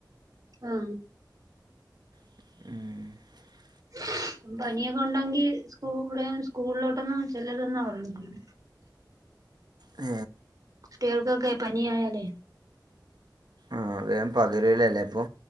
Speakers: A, on the right (about 50°); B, on the right (about 65°).
A: ആ
B: ഉഏ <unintelligible>
A: ഉ <unintelligible> പനിയൊക്കെ ഉണ്ടെങ്കി സ്കൂ ഇവിടെ സ്കൂളിലോട്ടൊന്നും ചെല്ലതന്ന് പറ പറ ആ <unintelligible>
B: ഏ
A: പേർക്കക്കെ പനി ആല്ലേ
B: ആ വേം പകരവലല്ലേ ഇപ്പൊ